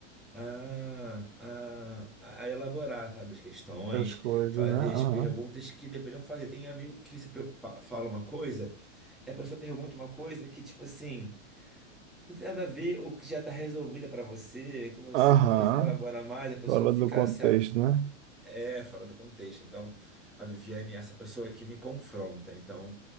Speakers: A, in the centre; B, on the right.
A: a, a, a elaborar, sabe, as questões,
B: As coisas,
A: fazer
B: né? Aham.
A: as perguntas que deveriam fazer. Tem amigo que você pe- fa- fala uma coisa, e a pessoa pergunta uma coisa que, tipo assim, não tem nada a ver, ou que já está resolvida para você, que você
B: Aham.
A: não precisa elaborar mais, a pessoa
B: Fora
A: fica
B: do contexto,
A: se
B: né?
A: é, fora do contexto. Então, a Viviane é essa pessoa que me confronta, então,